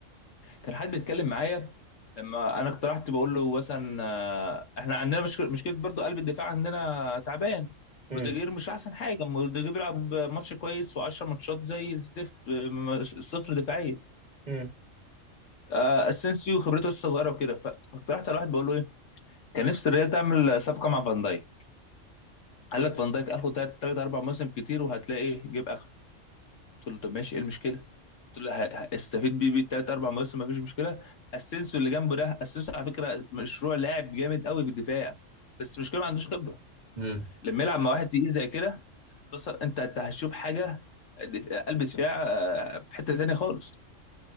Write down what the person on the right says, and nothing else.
مم.
مم.
مم.